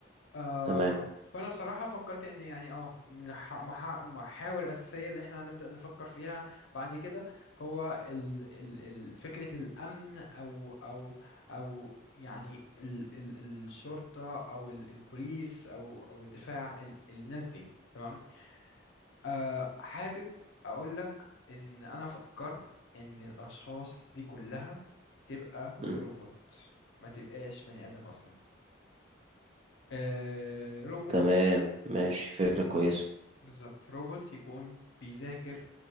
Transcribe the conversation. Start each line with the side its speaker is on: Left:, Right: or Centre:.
Left: آه
Right: تمام
Left: فانا بصراحه فكرت ان يعني اه من الح- محا- المحاور الاساسيه اللي احنا هنبدا نفكر فيها بعد كده هو ال ال ال فكره الامن او او او يعني ال ال الشرطه او ال البوليس او او الدفاع ال الناس دي تمام آه حابب اقول لك ان انا فكرت ان الاشخاص دي كلها تبقى
Right: امم
Left: روبوت ما تبقاش بني ادم اصلا آه، روبوت
Right: تمام ماشي فكره كويسه
Left: بالظبط روبوت يكون بيذاكر